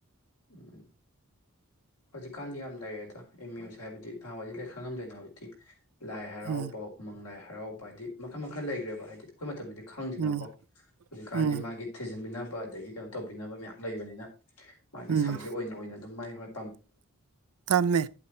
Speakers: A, on the left (about 85°); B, on the right (about 75°).
A: ꯎꯝ ꯍꯧꯖꯤꯛꯀꯥꯟꯗꯤ ꯌꯥꯝ ꯂꯩꯔꯦꯗ ꯑꯦꯝ ꯌꯨꯁꯦ ꯍꯥꯏꯕꯗꯤ ꯅꯍꯥꯟꯋꯥꯏꯗꯤ ꯂꫭꯏ ꯈꯪ ꯉꯝꯗꯦꯅ ꯍꯧꯖꯤꯛꯇꯤ ꯂꯥꯏ ꯍꯔꯥꯎꯕ
B: ꯎꯝ
A: ꯎꯃꯪ ꯂꯥꯏ ꯍ ꯍꯔꯥꯎꯕ ꯍꯥꯏꯗꯤ ꯃꯈꯟ ꯃꯈꯟ ꯂꯩꯈ꯭ꯔꯦꯕ ꯍꯥꯏꯗꯤ ꯑꯩꯈꯣꯏ ꯃꯇꯝꯗꯗꯤ ꯈꯪꯗꯤꯅꯀꯣ
B: ꯎꯝ
A: ꯍꯧꯖꯤꯛꯀꯥꯟꯗꯤ
B: ꯎꯝ
A: ꯃꯥꯒꯤ ꯊꯤ ꯟꯕꯤꯅꯕ ꯑꯗꯒꯤ ꯀꯩꯅꯣ ꯇꯧꯕꯤꯅꯕ ꯃꯌꯥꯝ ꯂꯩꯕꯅꯤꯅ ꯃꯥꯒꯤ
B: ꯎꯝ
A: ꯁꯞꯖꯦꯛ ꯑꯣꯏꯅ ꯑꫭꯏꯅ ꯑꯗꯨꯝ ꯃꯥꯏ ꯍꫭ
B: ꯇꯝꯃꯦ